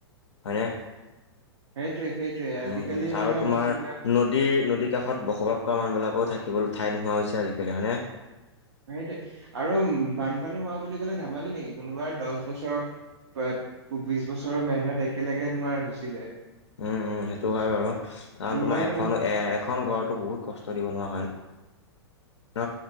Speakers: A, on the left (about 85°); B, on the right (about 75°).
A: হয় নে?
B: সেইটোৱে সেইটোৱে আজিকালি
A: উম', আৰু
B: মানে
A: তোমাৰ
B: বস্তুবিলাক
A: নদীৰ-নদী কাষত বসবাস কৰা মানুহ বিলাকও থাকে কেৱল ঠাই নোহোৱা হৈছে আজিকালি হয়নে?
B: সেইটোে আৰু বানপানী হোৱা বুলি ক'লে ধেমালি নেকি কোনোবাই দহ বছৰ প্ৰায় বিশ বছৰৰ মেহনত একেলগে তোমাৰ গুচি যায়।
A: উম'। সেইটো হয় বাৰু কাৰণ
B: কোনোবা
A: তোমাৰ
B: এজন
A: এখনো এ এখন ঘৰতটো বহুত কষ্ট দিব নোৱাৰা হয়। ন